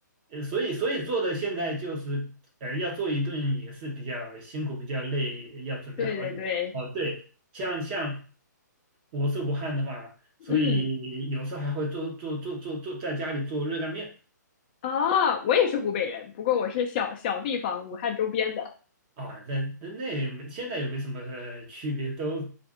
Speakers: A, on the right; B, on the left.
A: 呃所以所以做的现在就是呃，要做一顿也是比较辛苦，比较累，要准备好久。
B: 对对对，
A: 哦，对，像像我是武汉的嘛，所以有时候还会做做做做做在家里做热干面
B: 嗯，哦，我也是湖北人，不过我是小小地方，武汉周边的。
A: 啊，那那那也没现在也没什么呃区别，都